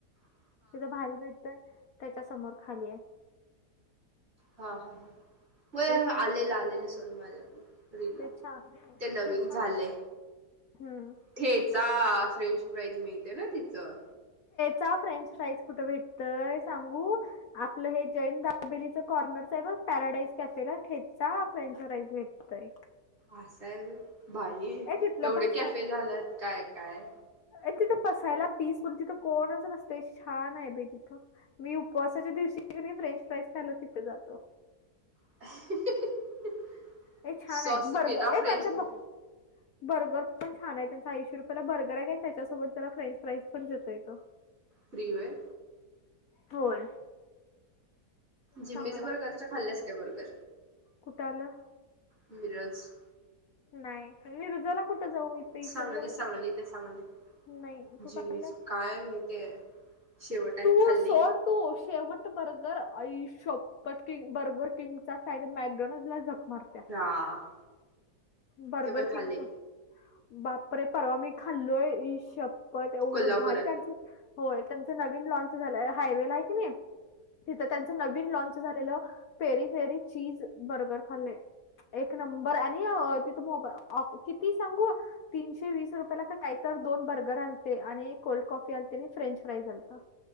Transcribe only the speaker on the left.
तिथं भारी भेटतय त्याच्या समोर खाली आहे
एक नंबर
ते छान
छान
हम्म
चा फ्रेंच फ्राईज कुठं भेटतय सांगू? आपलं हे जैन दाबेलीच कॉर्नरचं आहे बघ पॅराडाईस कॅफेला ठेचा फ्रेंच फ्राईज भेट तय
ए तिथलं
पण
अ तिथं बसायला पीसफुल तिथं कोणच नसतय छान आहे बाई तिथं मी उपवासाच्या दिवशी कनी फ्रेंच फ्राईज खायला तिथं जातो
हे छान
आहे बरं
त्यांचं
ब बर्गर पण छान आहे त्यांचा ऐंशी रुपयाला बर्गर आहे आणि त्याच्यासोबत जरा फ्रेंच फ्राईज पण देतोय तो
होय
चांगला
कुठं आलं?
नाही मिरजला कुठं जाऊ? इचलकरंजीत
नाही
तू खाल्लं
तू
सोड तू शेवट बर्गर आई शप पट किंग बर्गर किंगचाच काय तर मॅकडॉनला <unintelligible>
बर्गर
किंगचा बापरे परवा मी खाल्लोय इश पथ एवढं
भारी त्यांच होय त्यांच नवीन लॉंन्च झालंय हायवे ला आहे की नाही तिथं त्यांचं नवीन लॉंन्च झालेलं पेरी फेरी चीज बर्गर खाल्लं एक नंबर आणि तिथ मोब ऑफ किती सांगू? तीनशे वीस रुपयाला का काय तर दोन बर्गर आलते आणि एक कोल्ड कॉफी आलती आणि फ्रेंच फ्राइज आलतं.